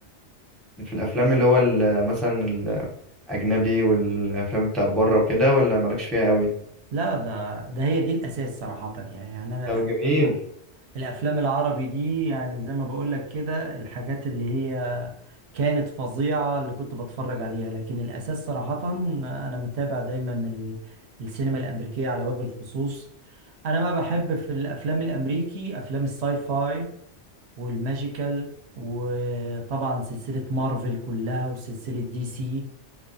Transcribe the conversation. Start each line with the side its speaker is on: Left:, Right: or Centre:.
Centre: في الافلام اللي هو ال- مثلا الاجنبي والافلام بتاع بره وكده ولا مالكش فيها قوي
Right: لا ده ده هي دي الأساس صراحة يعني يعني أنا
Centre: طب
Right: الأفلام
Centre: جميل
Right: الافلام العربي دي يعني زي ما بقول لك كده الحاجات اللي هي كانت فظيعة اللي كنت بتفرج عليها لكن الاساس صراحة انا متابع دايما ال- السينما الامريكية على وجه الخصوص انا بقى بحب في الافلام الامريكي افلام الساي فاي والماجيكال وطبعا سلسلة مارفل كلها وسلسلة دي سي